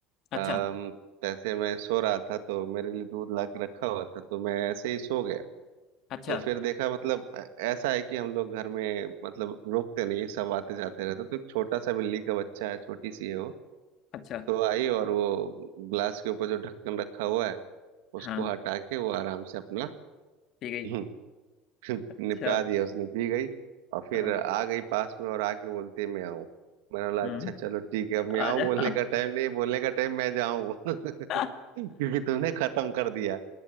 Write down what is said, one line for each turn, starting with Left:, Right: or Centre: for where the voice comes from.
Left: अच्छा
Right: अम, जैसे मैं सो रहा था तो मेरे लिए दूध ला के रखा हुआ था तो मैं ऐसे ही सो गया
Left: अच्छा
Right: तो फिर देखा मतलब ऐ- ऐसा है कि हम लोग घर में मतलब रुकते नहीं है सब आते जाते रहते तो एक छोटा सा बिल्ली का बच्चा है छोटी सी है वो
Left: अच्छा
Right: तो आई और वो ग्लास के ऊपर जो ढक्कन रखा हुआ है
Left: हाँ
Right: उसको हटा के वो आराम से अपना
Left: ठीक
Right: <clears throat>
Left: है
Right: <laughs> <laughs>
Left: अच्छा
Right: निपटा दिया उसने पी गई और फिर
Left: हाँ
Right: आ गई पास में और आके बोलती है मैं आऊं मैंने बोला
Left: हम्म
Right: अच्छा चलो ठीक है अब मैं आऊं
Left: आजा
Right: बोलने का टाइम नहीं बोलने का टाइम मैं जाऊं <laughs>
Left: <laughs>
Right: क्योंकि तुमने खत्म कर दिया